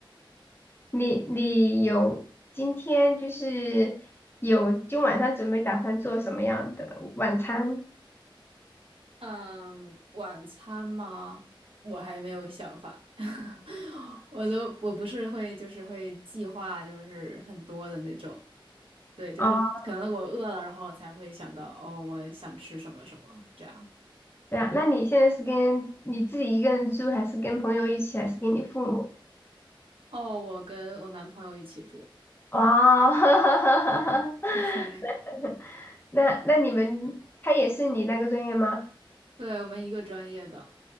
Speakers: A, on the left; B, on the right.
A: 你你有今天就是有今晚上准备打算做什么样的晚餐？
B: 嗯，晚餐吗？我还没有想法，<laughs> 我都我不是会就是会计划就是很多的那种，对，就是可能我饿了，
A: 哦
B: 然后我才会想到哦，我想吃什么什么这样。
A: 对啊，那你现在是跟你自己一个人住，还是跟朋友一起，还是跟你父母？
B: 哦，我跟我男朋友一起住，
A: 哦，<laughs>
B: <laughs> 嘿
A: 那那你们他也是你那个专业吗？
B: 对，我们一个专业的，